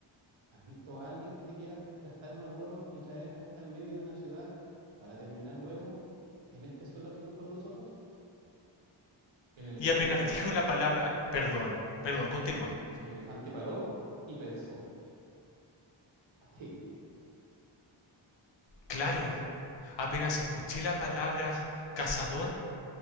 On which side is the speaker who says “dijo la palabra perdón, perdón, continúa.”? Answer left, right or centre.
Left